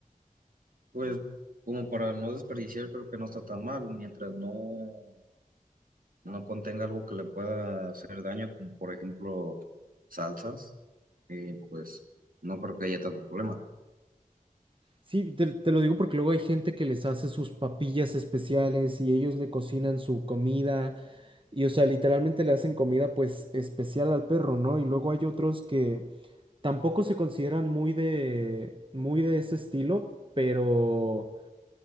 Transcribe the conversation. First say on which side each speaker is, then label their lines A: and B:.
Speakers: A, on the right; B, on the right.
A: Pues como para no desperdiciar, creo que no está tan mal, mientras no, no contenga algo que le pueda hacer daño, como por ejemplo salsas, eh, pues no creo que haya tanto problema.
B: Sí, te, te lo digo porque luego hay gente que les hace sus papillas especiales y ellos le cocinan su comida y, o sea, literalmente le hacen comida pues especial al perro, ¿no? Y luego hay otros que tampoco se consideran muy de, muy de ese estilo, pero